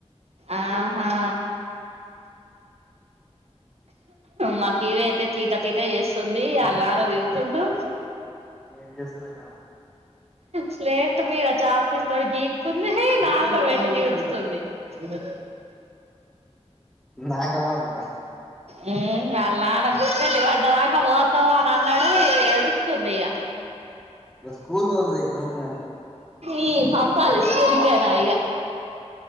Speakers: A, on the right (about 65°); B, in the centre.
A: ఆహా మా కీవి అయితే తీటా తీట చేస్తుంది ఆల్ నాన్న తిడుతుండు
B: ఎం చేస్మయగా
A: స్లేట్ మీద చాక్పీస్ తోటి గీక్తుంది నాలక పెట్టి దీడుస్తుంది తినే
B: నాకవ్వాలిగా
A: మ్ అళ నాన్న గుర్తెల్లి పడ్డదాకా పోతావు అని అన్నాడు ఇ ఏడుస్తుంది ఇగ ఆ
B: ఇక స్కూల్ తోలురి ఏమన్నా
A: ఈ పంపాలి స్కూల్ కేనా ఇగ